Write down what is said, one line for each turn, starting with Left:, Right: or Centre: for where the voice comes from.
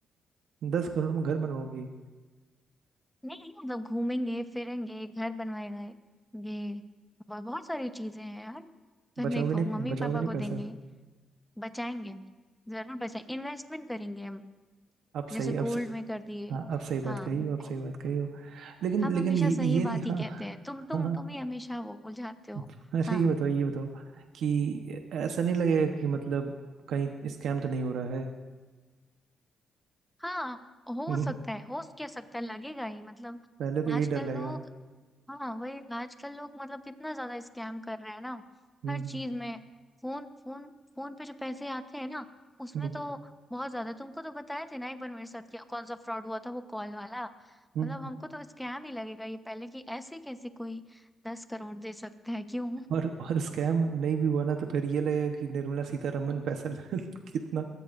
Right: दस करोड़ में घर बनवाओगी
Centre: नहीं मतलब घूमेंगे फिरेंगे घर बनवाएंगे ये ब- बहुत सारी चीजें हैं यार करने
Right: बचाओगे
Centre: को
Right: नहीं
Centre: मम्मी
Right: बचाओगे
Centre: पापा
Right: नहीं
Centre: को
Right: पैसा
Centre: देंगे बचाएंगे जरूर बचाएं इन्वेस्टमेंट करेंगे हम
Right: अब
Centre: जैसे
Right: सही अब
Centre: गोल्ड
Right: स,
Centre: में कर दिए
Right: हाँ अब सही
Centre: हाँ
Right: बात
Centre: हमको
Right: कही हो अब सही बात कही हो लेकिन
Centre: हम
Right: लेकिन
Centre: हमेशा
Right: ये
Centre: सही
Right: ये
Centre: बात
Right: नहीं
Centre: ही
Right: हाँ
Centre: कहते हैं तुम तुम
Right: हाँ
Centre: तुम ही हमेशा वो उलझाते हो
Right: अच्छा
Centre: हाँ
Right: ये बताओ ये बताओ कि ऐसा नहीं लगेगा कि मतलब कहीं स्कैम तो नहीं हो रहा है
Centre: हाँ हो
Right: हम्म,
Centre: सकता है हो क्या सकता है लगेगा ही मतलब
Right: पहले तो यही
Centre: आजकल
Right: डर लगेगा
Centre: लोग
Right: ना
Centre: हाँ वही आजकल लोग मतलब कितना ज्यादा स्कैम कर रहे हैं ना
Right: हम्म
Centre: हर चीज में फोन फोन फोन पे जो पैसे आते हैं ना उसमें
Right: हम्म
Centre: तो बहुत ज्यादा तुमको तो बताए थे ना एक बार मेरे साथ क्या कौन सा फ्रॉड हुआ था वो कॉल वाला
Right: हम्म।
Centre: मतलब हमको तो स्कैम ही लगेगा ये पहले कि ऐसे कैसे कोई दस करोड़ दे सकता है क्यों
Right: और और स्कैम नहीं भी हुआ ना तो फिर ये लगेगा कि निर्मला सीतारमन पैसा ल- <laughs> कितना